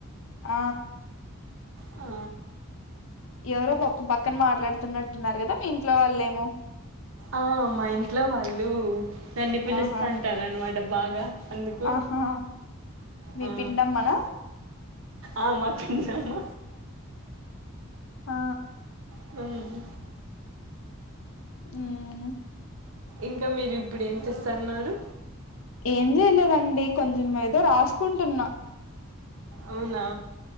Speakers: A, on the left; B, on the right.
A: ఆ
B: ఆ
A: ఎవరో పాపం పక్కన మాట్లాడుతున్నట్టున్నారు కదా మీ ఇంట్లో వాళ్ళేమో
B: ఆ మా ఇంట్లో వాళ్ళు లు నన్ను పిలుస్తాంటరనమాట
A: ఆహా
B: బాగా అందుకు
A: ఆహా మీ
B: ఆ
A: పిన్నమ్మనా
B: ఆ పిన్నమ్మ
A: ఆ
B: హ్మ్మ్
A: మ్మ్
B: ఇంకా మీరు ఇప్పుడు ఏం చేస్తన్నారు
A: ఏం చేయలేదండి కొంచెం ఏదో రాసుకుంటున్నా
B: అవునా